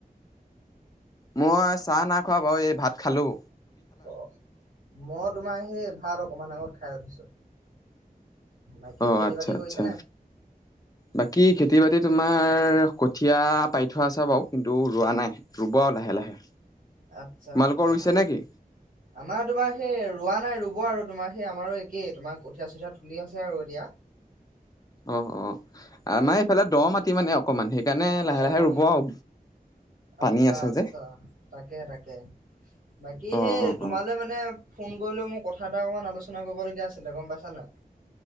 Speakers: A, on the left (about 25°); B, on the right (about 65°).
A: মই চাহ নাই খোৱা বাৰু এই ভাত খালোঁ।
B: অ মই তোমাৰ সেই ভাত অকণমান আগত খাই উঠিছোঁ। বাকী
A: অ
B: খেতি-বাতি
A: আচ্ছা আচ্ছা
B: কৰিছেনে?
A: বাকী খেতি-বাতি তোমাৰ কঠীয়া পাৰি থোৱা আছে বাৰু কিন্তু ৰোৱা নাই ৰুব আৰু লাহে লাহে।
B: আৎচ্ছা
A: তোমালোকৰ
B: আৎচ্ছা।
A: ৰুইছে নেকি?
B: আমাৰ তোমাৰ সেই ৰোৱা নাই ৰুব আৰু তোমাৰ সেই আমাৰো একেই তোমাৰ কঠীয়া চঠীয়া তুলি আছে আৰু এতিয়া।
A: অঁহ অঁ আমাৰ এইফালে দ মাটি মানে অকমান সেই- কাণে লাহে
B: অ
A: লাহে ৰুব আও
B: আচ্ছা
A: পানী আছে
B: আচ্ছা
A: যে।
B: তাকে তাকে। বাকী
A: অ
B: সেই
A: অ
B: তোমালৈ
A: অ
B: মানে ফোন কৰিলো মোৰ কথা এটা অকমান আলোচনা কৰিবলগীয়া আছিলে গম পাইছা নাই? <inaudible>